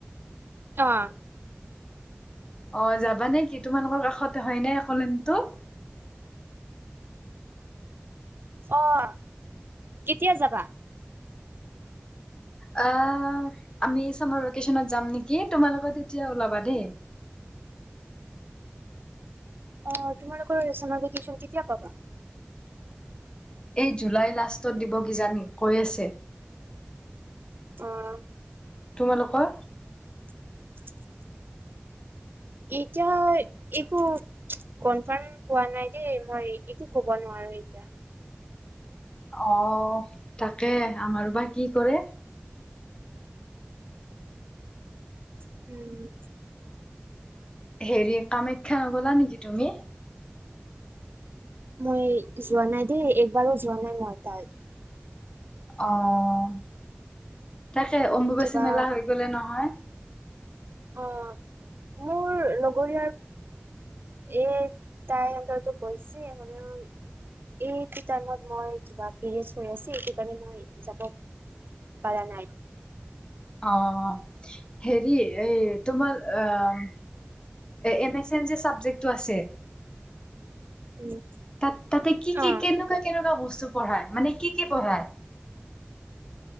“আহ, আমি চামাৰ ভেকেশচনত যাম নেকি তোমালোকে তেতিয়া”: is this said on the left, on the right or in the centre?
Left